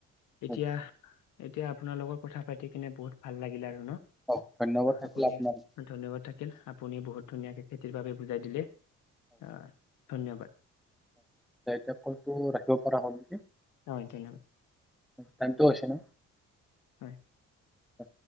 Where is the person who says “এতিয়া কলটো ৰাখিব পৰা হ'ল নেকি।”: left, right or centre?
Centre